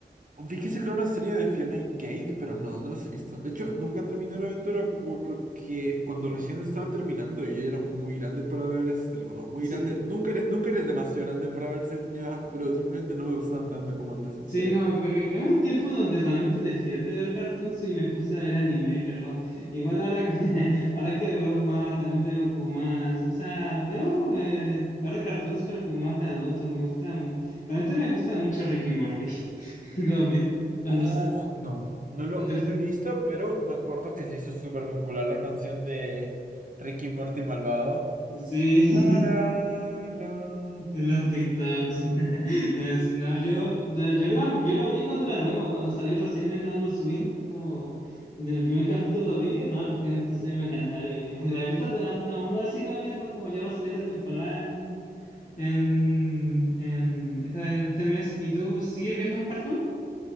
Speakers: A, on the right (about 45°); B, on the left (about 45°).
A: Vi que sacaron una serie de Fiona y Cake, pero no, no los he visto. De hecho, nunca terminé la aventura porque cuando recién estaba terminando y era muy grande para ver este, bueno, muy
B: Sí.
A: grande. Nunca, eres- nunca eres demasiado grande para ver si edad, pero simplemente no me gustan tanto como antes.
B: Sí, no, que- que- que hubo un tiempo donde realmente dejé de ver cartoons y me puse a ver anime, pero igual ahora que, <laughs> ahora que veo más, también veo como más, o sea, veo eh, ahora cartoons, pero como más de adultos, me gusta, mu- realmente me gusta mucho Ricky Morty, <laughs> lo vi cuando,
A: Oh,
B: sa-
A: no. No lo,
B: ¿no te
A: no
B: gusta?
A: lo he visto, pero me acuerdo que se hizo súper popular la canción de Ricky Morty Malvado.
B: Sí,
A: La, la,
B: <laughs>
A: la,
B: De los
A: la.
B: TikToks. <laughs> Eh, Sí, no,
A: Sí,
B: yo,
A: sí.
B: yo, yo la- yo lo vi cuando era nuevo, cuando salió recién en Adult Swim, como el primer capítulo lo vi, y no, dije, esta serie me va a encantar", y <laughs> la he visto, de- hasta aún la sigo viendo, como ya va a salir esta temporada en, en, en esta- en este mes. ¿Y tú sigues viendo un cartoon?